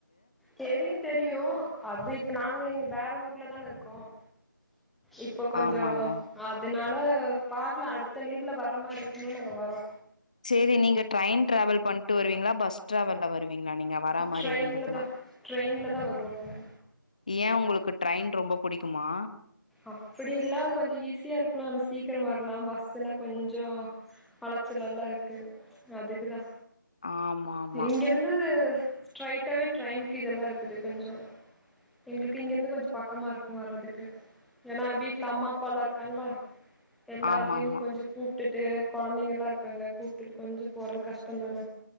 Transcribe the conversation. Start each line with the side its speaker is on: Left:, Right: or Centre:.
Centre: தெரியு தெரியு அது இப் நாங்க இங் வேற ஊர்ல தான இருக்கோ ஓ இப்பொ கொஞ்சொ
Left: ஆமால்ல
Centre: அதுனால் ப பாக்கலா அடுத்த லீவுல வர மாரி இருக்கும்போத் நாங்க வரோ
Left: சேரி நீங்க ட்ரெய்ன் ட்ரேவல் பண்ட்டு வருவிங் களா பஸ்ட் தா வெள்ள வருவிங்ளா நீங்க வரா மாரி
Centre: ட்ரெயின்ல
Left: இருந்ததுனா
Centre: தா ட்ரெயின்ல தா வருவோ நாங்க
Left: ஏ உங்களுக்கு ட்ரெய்ன் ரொம்ப புடிக்குமா
Centre: அப்படில்லா கொஞ்சொ ஈஸியா இருக்குல நம்ம சீக்கிரொ வர்லா பஸ்ஸுனா கொஞ்சொ அலச்சல் லல்லா இருக்கு அதுக்குதா
Left: ஆமா ஆமா
Centre: இங்கெருந்து ஸ்ட்ரைட்டாவே ட்ரெயின்கு இதெல்லா இருக்குது கொஞ்சொ எங்ளுக்கு இங்கிருந்து கொஞ்சொ பக்கமாருக்கு வர்றதுக்கு ஏனா வீட்ல அம்மா அப்பாலா இருக்காங்ளா எல்லாத்தியு
Left: ஆமா ஆமா
Centre: கொஞ்சொ கூப் ட்டுட்டு கொழந்தைங்கல்லா இருக்காங்க கூப்டுட்டு கொஞ்சொ போறது கஷ்டொந்தான